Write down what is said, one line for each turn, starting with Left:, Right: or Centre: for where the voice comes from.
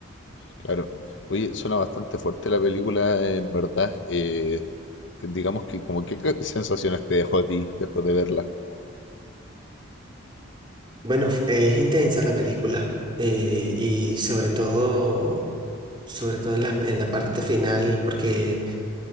Left: claro. Oye, suena bastante fuerte la película, en verdad. eh, que digamos que como que qué sensaciones te dejó a ti después de verla.
Right: Bueno, f- es intensa la película eh, y sobre todo, sobre todo en la, en la parte final, porque